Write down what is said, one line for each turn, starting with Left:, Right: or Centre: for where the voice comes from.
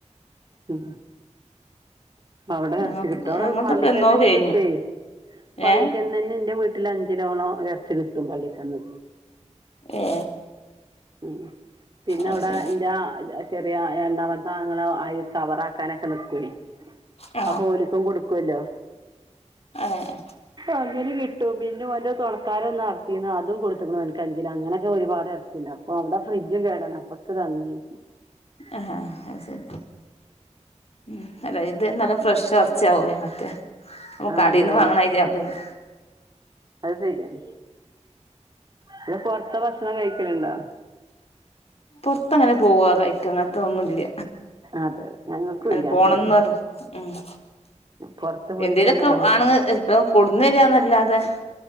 Right: ഇഹ് അവിടെ
Left: ഞങ്ങക്ക്
Right: ഇറച്ചി കിട്ടാറ്
Left: ഞങ്ങളതൊക്കെ
Right: പള്ളിക്കന്നെനെ
Left: എന്നോ കഴിഞ്ഞു
Right: കിട്ടേയ് പള്ളിക്കൽ
Left: ഏ
Right: ന്നെനെ എന്റെ വീട്ടിൽ അഞ്ച് കിലോളം എറച്ചി കിട്ടും പള്ളിക്കന്ന്.
Left: ഏ
Right: ഉ പിന്നെ
Left: അത്
Right: അവിടെ
Left: ശരി
Right: എന്റെ ചെറിയ രണ്ടാമത്തെ ആങ്ങള അയ് കവറ് ആക്കാനൊക്കെ നിൽക്കോയ്
Left: ഉ
Right: അപ്പോ ഓലുക്കും കൊടുക്കുവല്ലോ?
Left: അതെ
Right: അങ്ങനെ കിട്ടും പിന്നെ അവൻ്റെ തുണക്കാരല്ലെ അറത്തിന്ന് അതും കൊടുത്ത്ക്ക്‌ണ് അവൻക്ക് അഞ്ച് കിലോ അങ്ങനൊക്കെ ഒരുപാട് എർ- പിന്നെ അപ്പൊ അവടെ ഫ്രിഡ്ജ് കേടാണ് അപ്പൊക്ക് തന്ന്
Left: അ ഹാ അത് ശരി ഉം അല്ല ഇത് നല്ല ഫ്രഷ് ആഹ് ചാവേ മറ്റെ
Right: ആ
Left: കടേന്ന്
Right: അതെ തന്നെ
Left: വാങ്ങണ മാതിരി ആവൂലല്ലോ
Right: അത് ശരിയാണ് പിന്നെ പൊറത്ത ഭക്ഷണം കഴിക്കല്ണ്ടോ?
Left: പൊറത്ത് അങ്ങനെ പോവാ കഴിക്ക അങ്ങനത്ത ഒന്നുല്ല
Right: അതെ അതെ ഞങ്ങൾക്കുല്ല
Left: അങ്ങനെ പോണം
Right: അങ്ങനൊന്നും
Left: ന്ന് നിർ-
Right: പൊറത്ത് പോയിട്ടൊന്നും
Left: എന്തേലൊക്കെ
Right: ഞങ്ങള്
Left: ആണ്ങ്ങള് ഇവടെ കൊടുന്ന് തെരാന്നല്ലാതെ